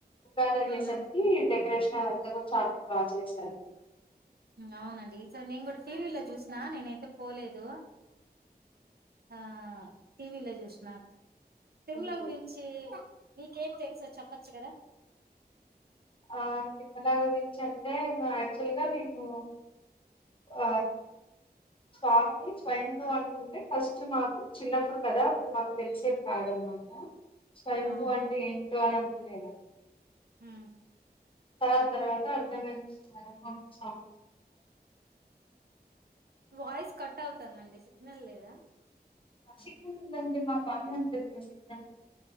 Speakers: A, on the left; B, on the right.
A: ఉగాది అయ్యేసరికి
B: హ్మ్.
A: డెకరేషన్ అంతా కూడా చాలా బాగా చేశారు
B: అవునండి సార్ నేను కూడా టీవీ లో చూసిన నేనైతే పోలేదు ఆ టీవీలో చూసిన తిరుమల
A: హ్మ్.
B: గురించి మీకేం తెలుసో చెప్పచ్చు కదా
A: ఆ తిరుమల గురించి అంటే యాక్చువల్ గా మేము ఆ స్వామి స్వయంభూ అంటంటే ఫస్ట్ మాకు చిన్నప్పుడు కదా అప్పుడు మాకు తెలిసే క నమాట స్వయంభ
B: ఆ!
A: అంటే ఏంటో అని అనుకునేద
B: హ
A: తర్వా తర్వాత అర్ధంగా సంస
B: వాయిస్ కట్ అవుతుందండి సిగ్నల్ లేదా
A: సిక్ందంది మా పాాల అంది సిక్